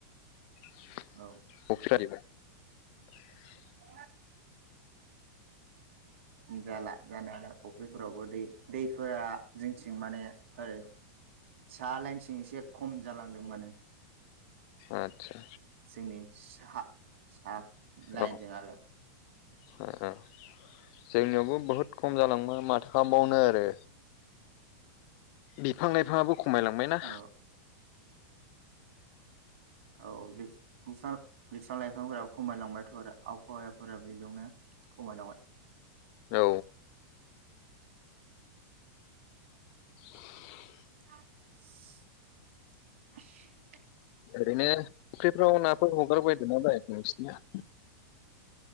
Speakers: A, on the left; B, on the right.
A: <unintelligible>
B: औ
A: <inaudible>
B: <unintelligible> बैफोरावबो दै दैफोरा जोंथिं माने ओरै सा लाइनथिं एसे खम जालांदों माने
A: आतसा
B: जोंनि साहा साहा
A: औ
B: <unintelligible>
A: <unintelligible> जोंनियावबो बहुद खम जालांबाय माथो खालामबावनो आरो बिफां -लाइफाङाबो खमायलांबायना
B: औ औ <unintelligible> लाइफांफोरा खमायलांबायथ' आरो आफहावायाफोरा बेयावनो खमाय लांबाय
A: औ <unintelligible>
B: <unintelligible>
A: ओरैन‍ो फख्रिफ्राव नाफोर हगारबायदोंना बायाखै नोंसिनिया